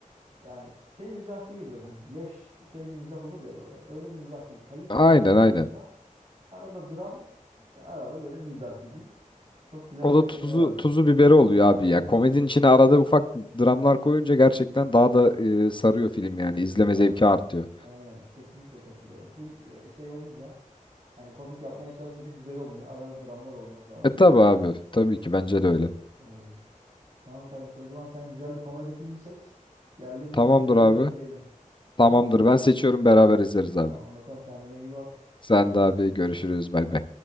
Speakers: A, on the right; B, on the left.
A: Yani şey mizah değil böyle hani leş şey bir mizah olur ya böyle. Öyle bir mizah değil. Kaliteli
B: Aynen
A: güzel
B: aynen.
A: bir mizah. Arada dram ve arada böyle mizah gibi. Çok güzel
B: O da
A: bir
B: tuzu
A: şey vardı.
B: tuzu biberi oluyor
A: Aynen
B: abi ya.
A: aynen.
B: Komedinin içine arada ufak dramlar koyunca gerçekten daha da e, sarıyor film yani. İzleme
A: Hiç daha
B: zevki artıyor.
A: aynen kesinlikle katılıyorum. Full e, şey olunca yani komik yapmaya çalışınca güzel olmuyor. Arada dramlar olması lazım.
B: E tabi abi. Tabii ki bence de öyle.
A: Öyle. Tamam kardeşim o zaman sen güzel bir komedi filmi seç. Geldiğimde
B: Tamamdır
A: seninle beraber
B: abi.
A: izleyelim. Tamam.
B: Tamamdır. Ben seçiyorum beraber izleriz abi.
A: Tamam bakalım kendine iyi bak.
B: Sen de abi görüşürüz. Bay bay.